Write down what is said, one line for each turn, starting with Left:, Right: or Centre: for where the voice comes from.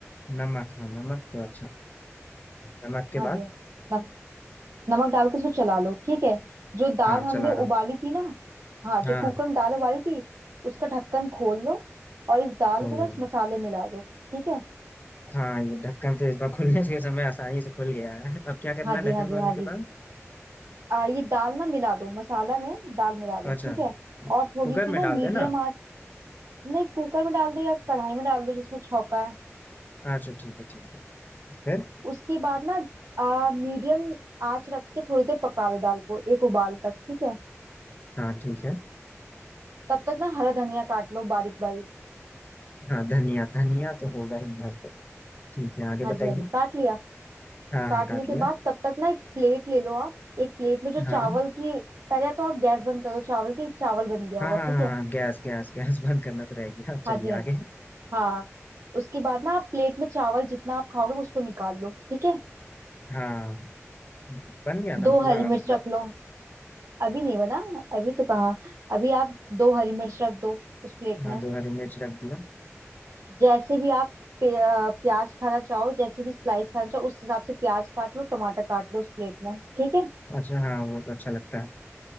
Left: नमक हाँ नमक तो अच्छा नमक के
Right: हाँ
Left: बाद
Right: जी हाँ जी नम, नमक डाल के इसको चला लो ठीक है जो दाल
Left: हाँ
Right: हमने
Left: चला रहा
Right: उबाली
Left: हूँ
Right: थी ना हाँ जो
Left: हाँ
Right: कुकर में दाल उबाली थी उसका ढक्कन खोल लो और इस दाल
Left: हम्म,
Right: को ना इस मसाले में मिला दो ठीक है
Left: हाँ ये ढक्कन तो इस बार खुलने के समय आसानी से खुल गया है अब क्या करना
Right: हाँ
Left: है
Right: जी
Left: ढक्कन
Right: हाँ जी
Left: खोलने
Right: हाँ
Left: के
Right: जी
Left: बाद
Right: आ, ये दाल ना मिला दो मसाला में दाल मिला दो
Left: अच्छा
Right: ठीक है और थोड़ी
Left: कुकर
Right: सी
Left: में
Right: ना
Left: डाल
Right: मीडियम
Left: देना
Right: आंच नहीं कुकर में डाल दो या कढ़ाई में डाल दो जिसमें छौंका है
Left: अच्छा ठीक है ठीक है फिर
Right: उसके बाद ना आ, मीडियम आंच रख के थोड़ी देर पका लो दाल को एक उबाल तक ठीक है
Left: हाँ ठीक है
Right: तब तक ना हरा धनिया काट लो बारीक बारीक
Left: हाँ धनिया धनिया तो होगा ही घर पे ठीक है आगे
Right: हाँ
Left: बताइए
Right: जी हाँ जी काट लिया
Left: हाँ
Right: काटने
Left: हाँ काट
Right: के
Left: लिया
Right: बाद तब तक ना एक प्लेट ले लो आप एक प्लेट में जो चावल
Left: हाँ
Right: की पहले तो आप गैस बंद करो चावल की चावल बन गया
Left: हाँ
Right: होगा
Left: हाँ
Right: ठीक
Left: हाँ
Right: है
Left: हाँ, गैस गैस गैस <laughs> बंद करना तो रह गया चलिए
Right: हाँ जी हाँ
Left: आगे
Right: जी हाँ उसके बाद ना आप प्लेट में चावल जितना आप खाओगे उसको निकाल लो ठीक है
Left: हाँ बन गया ना
Right: दो
Left: पूरा
Right: हरी
Left: मतलब
Right: मिर्च रख लो अभी नहीं बना अभी तो कहाँ अभी आप दो हरी मिर्च रख दो उस प्लेट
Left: हाँ
Right: में
Left: दो हरी मिर्च रख दिया
Right: जैसे भी आप पे- अ, प्याज खाना चाहो जैसे भी स्लाइस खाना चाहो उस हिसाब से प्याज काट लो टमाटर काट लो उस प्लेट में ठीक है
Left: अच्छा हाँ वो तो अच्छा लगता है